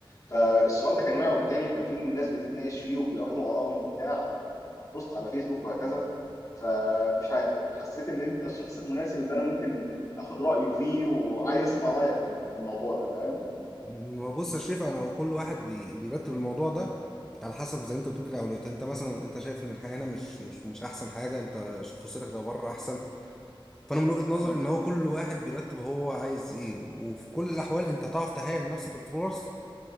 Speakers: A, on the left; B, in the centre.
A: فالسؤال ده كان واقع قدامي وكان في ناس بتتناقش فيه وبيعرضوا آرائهم وبتاع على بوست على فيسبوك وهكذا فمش عارف حسيت ان انت الشخص المناسب اللي انا ممكن اخد رايه فيه وعايز اسمع رايك في في الموضوع ده فاهم
B: ما هو بص يا شريف انا هو كل واحد بي بيرتب الموضوع ده على حسب زي ما انت بتقول كده اولوياته انت مثلا انت شايف ان الحياه هنا مش مش مش احسن حاجه انت فرصتك لو بره احسن فانا من وجهه نظري
A: مم.
B: ان هو كل واحد بيرتب هو عايز ايه وفي كل الاحوال انت هتعرف تهيئ لنفسك الفرص